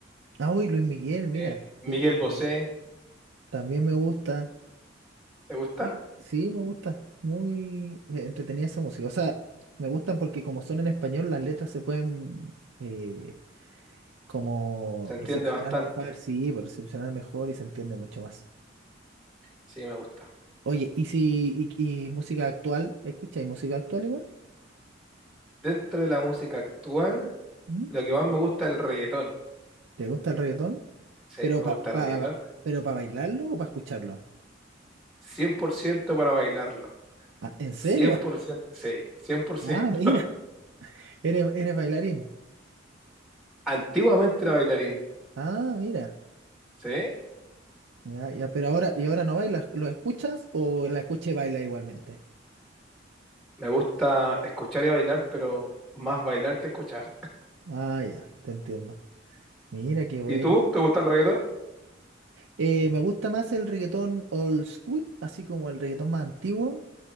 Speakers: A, on the right (about 75°); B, in the centre.
A: Ah, uy, Luis Miguel, mira.
B: eh, Miguel
A: Sí, tam-
B: Bosé,
A: también me gusta.
B: ¿te gusta?
A: Sí, sí, me gusta. Muy eh, entretenida esa música. O sea, me gustan porque como son en español, las letras se pueden eh, como
B: Se entiende
A: recepcionar
B: bastante.
A: mejor, sí, pues, recepcionar mejor y se entiende mucho más.
B: Sí, me gusta.
A: Oye, ¿y si y, y música actual? ¿Escucháis música actual igual?
B: Dentro de la música actual,
A: ¿Mm?
B: lo que más me gusta es el reggaetón.
A: ¿Te gusta el reggaetón?
B: Sí,
A: ¿Pero
B: me
A: para
B: gusta el
A: pa,
B: reggaetón.
A: pa- pero para bailarlo o para escucharlo?
B: cien por ciento para bailarlo.
A: Ah, ¿en serio?
B: cien por ciento sí, cien por ciento
A: Ah,
B: <laughs>
A: mira, <laughs> eres, eres bailarín.
B: Antiguamente era bailarín,
A: Ah, mira.
B: ¿sí?
A: Ya, ya, pero ahora, ¿y ahora no bailas? ¿Lo escuchas o la escucha y baila igualmente?
B: Me gusta escuchar y bailar, pero más bailar que escuchar.
A: Ah, ya, te entiendo. Mira, qué bueno.
B: ¿Y tú? ¿Te gusta el reggaetón?
A: Eh, me gusta más el reggaetón old school, así como el reggaetón más antiguo.